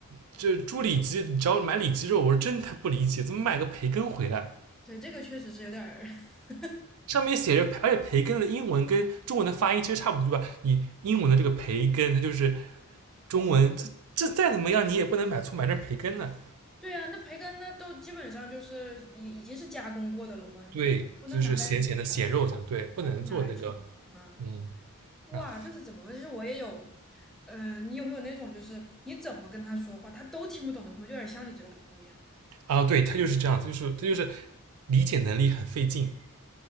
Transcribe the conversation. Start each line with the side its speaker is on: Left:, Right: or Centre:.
Right: 就是猪里脊，只要买里脊肉，我是真他不理解，怎么买个培根回来？
Centre: 对，这个确实是有点儿。<laughs>
Right: 上面写着，而且培根的英文跟中文的发音其实差不多，对吧？你英文的这个培根，它就是中文，这这再怎么样，你也不能买错买成培根呢。
Centre: 对啊，那培根那都基本上就是已已经是加工过的了嘛，你不能拿来炒，
Right: 对，就是咸咸的咸肉，像对，不能做那个，
Centre: 对啊，不能拿来炒吧啊。嗯，
Right: 嗯，啊
Centre: 哇，这是怎么回事？其实我也有，嗯、你有没有那种就是你怎么跟他说话，他都听不懂的朋友，就有点像你这个朋友一样。
Right: 啊，对，他就是这样，他就是他就是理解能力很费劲